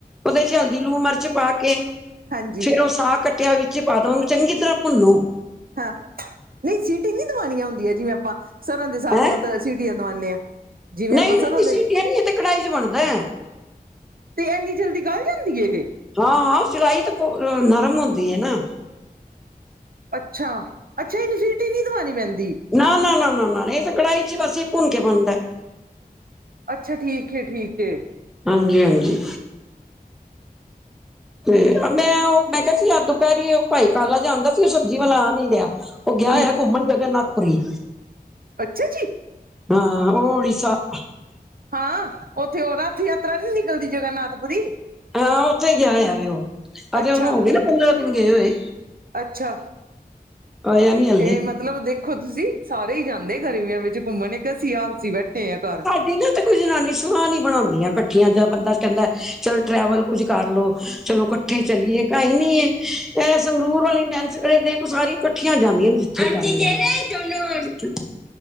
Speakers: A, in the centre; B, on the right.
A: ਉਹਦੇ ਚ ਹਲਦੀ ਲੂਣ ਮਿਰਚ ਪਾ ਕੇ
B: ਹਾਂਜੀ
A: ਫੇਰ ਉਹ ਸਾਗ ਕੱਟਿਆ ਵੀ। ਵਿਚ ਪਾ ਦੋ ਨੂੰ ਚੰਗੀ ਤਰ੍ਹਾਂ ਭੁੰਨੋ।
B: ਹਾਂ ਨਹੀਂ ਸੀਟੀ ਨਹੀਂ ਦਵਣੀਆਂ ਹੁੰਦੀਆ ਜਿਵੇਂ ਆਪਾਂ ਸਰੋ ਦੇ ਸਾਗ
A: ਹੈਂ
B: ਨੂੰ ਤਾਂ ਸਟੀਆਂ ਦਵਾਉਨੇ ਹਾਂ। ਜਿਵੇਂ
A: ਨਹੀਂ
B: ਆਪਾਂ ਸਰ੍ਹੋਂ
A: ਭੈਣ ਜੀ
B: ਦੇ
A: ਸੀਟੀਆ ਨੀ ਇਹ ਤੇ ਕੜਾਹੀ ਚ ਬਣਦਾ।
B: ਤੇ ਇੰਨੀ ਜਲਦੀ ਗੱਲ ਜਾਂਦੀ ਇਹ।
A: ਹਾਂ-ਹਾਂ ਚਲਾਈ ਤਾਂ ਨਰਮ ਹੁੰਦੀ ਹੈ ਨਾ।
B: ਅੱਛਾ, ਅੱਛਾ ਇਹਨੂ ਸੀਟੀ ਨੀ ਦਵਾਉਣੀ ਪੈਂਦੀ।
A: ਨਾ-ਨਾ, ਨਾ-ਨਾ ਇਹ ਤਾਂ ਕੜਾਈ ਚ ਵੈਸੇ ਹੀ ਭੁੰਨ ਕੇ ਬੰਨਦਾ।
B: ਅੱਛਾ ਠੀਕ ਹੈ, ਠੀਕ ਹੈ।
A: ਹਾਂਜੀ-ਹਾਂਜੀ। ਤੇ ਮੈਂ ਉਹ ਮੈਂ ਕਿਹਾ ਸੀ ਦੁਪਹਿਰੀ ਉਹ ਭਾਈ ਕਾਲਾ ਜਿਹਾ ਆਂਦਾ ਸੀ ਉਹ ਸਬਜ਼ੀ ਵਾਲਾ ਆ ਨੀ ਰਿਹਾ। ਉਹ ਗਿਆ
B: ਹਮ
A: ਹੈ ਘੁੰਮਣ ਜਗਨਨਾਥ ਪੁਰੀ।
B: ਅੱਛਾ ਜੀ।
A: ਹਾ ਉਹ ਹਿਸਾਬ
B: ਹਾਂ ਉੱਥੇ ਉਹ ਰਥ ਯਾਤਰਾ ਨੀ ਨਿਕਲਦੀ ਜਗਨਨਾਥਪੁਰੀ।
A: ਹਾਂ ਉੱਥੇ ਗਿਆ ਹੋਇਆ ਵੇ ਉਹ ਅਜ
B: ਅੱਛਾ
A: ਉਹਨੂੰ ਹੋ ਗਏ ਪੰਦਰਾਂ ਦਿਨ ਗਏ ਹੋਏ।
B: ਅੱਛਾ
A: ਆਇਆ ਨੀ ਹਲੇ
B: ਇਹ ਮਤ ਮਤਲਬ ਦੇਖੋ ਤੁਸੀਂ ਸਾਰੇ ਹੀ ਜਾਂਦੇ ਗਰਮੀਆਂ ਵਿੱਚ ਘੁੰਮਣ ਇੱਕ ਅਸੀਂ ਆਸੀ ਬੈਠੇ ਹ ਘਰ।
A: ਇਹੀ ਨਾ ਤੇ ਕੋਈ ਜਨਾਨੀ ਸੁਹ ਨ ਬਣਾਉਂਦੀਆਂ ਇਕੱਠੀਆਂ ਜਾਂ ਬੰਦਾ ਕਹਿੰਦਾ ਚਲੋ ਟਰੈਵਲ ਕੁੱਝ ਕਰਲੋ ਚਲੋ ਕੱ ਕੱਠੇ ਚਲੀਏ ਕ ਹੀ ਨੀ ਹ ਸੰਗਰੂਰ ਵਾਲੀ ਨੈਨਸ ਦੇਖ ਸਾਰੀਆਂ ਕੱਠੀਆਂ ਜਾਂਦੀਆਂ ਨੇ ਜਿੱ <unintelligible>